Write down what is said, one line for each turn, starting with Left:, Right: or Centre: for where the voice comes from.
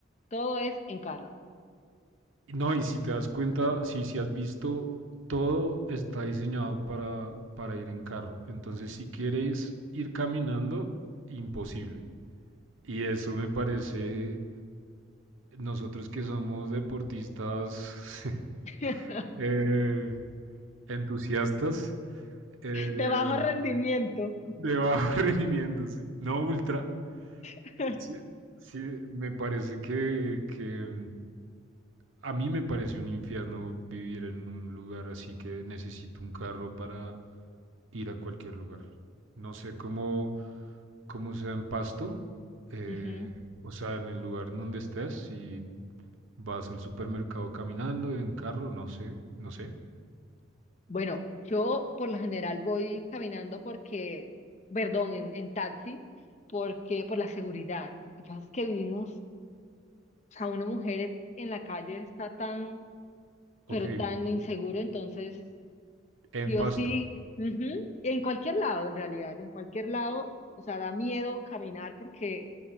Left: Todo es en carro.
Right: No, y si te das cuenta, sí, si has visto, todo está diseñado para, para ir en carro. Entonces, si quieres ir caminando, imposible. Y eso me parece, nosotros que somos deportistas <laughs>
Left: <laughs>
Right: eh, entusiastas eh,
Left: De bajo rendimiento.
Right: de bajo <laughs> rendimiento, sí. No ultra.
Left: <laughs>
Right: Sí, sí, me parece que, que a mí me parece un infierno vivir en un lugar así que necesito un carro para ir a cualquier lugar. No sé cómo, cómo sea en Pasto, eh,
Left: Ujú.
Right: o sea, en el lugar en donde estés, si vas al supermercado caminando, en carro, no sé, no sé.
Left: Bueno, yo por lo general voy caminando porque, perdón, en, en taxi, porque por la seguridad. Lo que pasa es que vivimos, o sea, una mujer en la calle está tan,
Right: Ok,
Left: pero tan insegura, entonces,
Right: en
Left: sí
Right: Pasto.
Left: o sí, ujú, En cualquier lado, en realidad, en cualquier lado, o sea, da miedo caminar porque